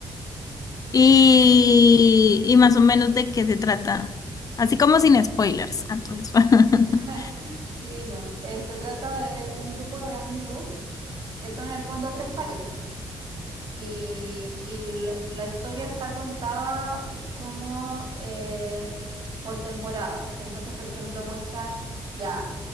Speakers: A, on the left; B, on the right.
A: Y, y más o menos de qué se trata. Así como sin spoilers. Entonces, <laughs>
B: <laughs> Sí, no. Eh, se trata de un grupo de amigos que son en el fondo tres parejas. Y, y la, la historia está contada como eh, por temporada. Entonces, por ejemplo, muestran ya